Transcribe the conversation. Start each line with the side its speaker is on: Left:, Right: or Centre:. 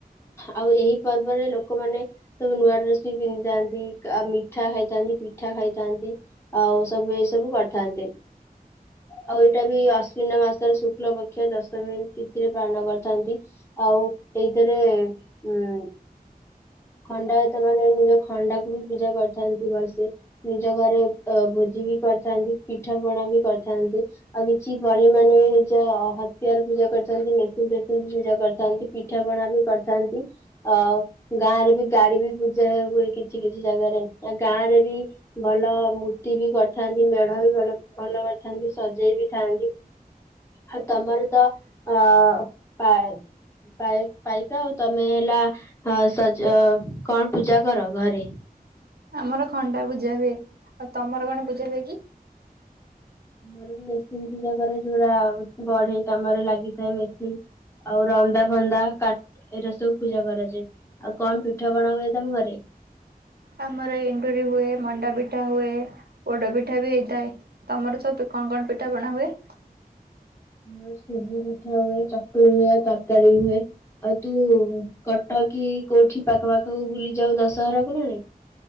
Left: ଆଉ ଏହି ପର୍ବରେ ଲୋକମାନେ ସବୁ ନୂଆ ଡ୍ରେସ୍ ବି ପିନ୍ଧିଥାନ୍ତି। ମିଠା ଖାଇଥାନ୍ତି, ପିଠା ଖାଇଥାନ୍ତି ଆଉ ସବୁ ଏଇସବୁ କରିଥାନ୍ତି। ଆଉ ଏଇଟା ବି ଆଶ୍ୱନ ମାସର ଶୁକ୍ଲ ପକ୍ଷ ଦଶମୀ ତିଥିରେ ପାଳନ କରିଥାନ୍ତି। ଆଉ ଏଇଥେରେ ଉଁ ଖଣ୍ଡାୟତମାନେ ନିଜ ଖଣ୍ଡାକୁ ବି ପୂଜା କରିଥାନ୍ତି ଭଲ୍ସେ। ନିଜ ଘରେ ଅ ଭୋଜି ବି କରିଥାନ୍ତି, ପିଠାପଣା ବି କରିଥାନ୍ତି। ଆଉ କିଛି ବଢ଼େଇ ମାନେ ନିଜ ହତିଆର ପୂଜା କରିଚନ୍ତି, ମେସିନ୍ ଫେସିନ୍ ବି ପୂଜା କରିଥାନ୍ତି। ପିଠା ପଣା ବି କରିଥାନ୍ତି, ଆଉ ଗାଁରେ ବି ଗାଡି ବି ପୂଜା ହୁଏ କି ଛି କିଛି ଜାଗାରେ ଆ ଗାଁରେ ବି ଭଲ ମୂର୍ତ୍ତି ବି କରିଥାନ୍ତି, ମେଢ ବି ଭଲ-ଭଲ କରିଥାନ୍ତି ସଜେଇ ବି ଥାନ୍ତି। ଆ ତମର ତ ଅ ପାଏ ପାଇ ପାଇକ ଆଉ, ତମେ ହେଲା ସଜ କଣ ପୂଜା କର ଘରେ?
Right: ଆମର ଖଣ୍ଡା ପୂଜା ହୁଏ, ଆଉ ତମର କଣ ପୂଜା ହୁଏ କି?
Left: ଆମର ମେସିନ୍ ପୂଜାକରେ ଯୋଉରା ବଢ଼େଇ କାମରେ ଲାଗିଥାଏ ମେସିନ୍। ଆଉ ରନ୍ଦା ଫନ୍ଦା କା ଏଇରା ସବୁ ପୂଜା କରାଯାଏ। ଆଉ କଣ ପିଠାପଣା ହୁଏ ତମ ଘରେ?
Right: ଆମର ଏଣ୍ଡୁରି ହୁଏ, ମଣ୍ଡାପିଠା ହୁଏ ପୋଡ ପିଠା ବି ହେଇଥାଏ, ତମର ସବୁ କଣ-କଣ ପିଠାପଣା ହୁଏ?
Left: ଆମର ସୁଜି ପିଠା ହୁଏ, ଚକୁଳି ହୁଏ, ତରକାରୀ ହୁଏ। ଆଉ ତୁ କଟକ୍ କି କୋଉଠି ପାଖ ପାଖକୁ ବୁଲି ଯାଉ ଦଶହରା କୁ ନା ନାଇଁ?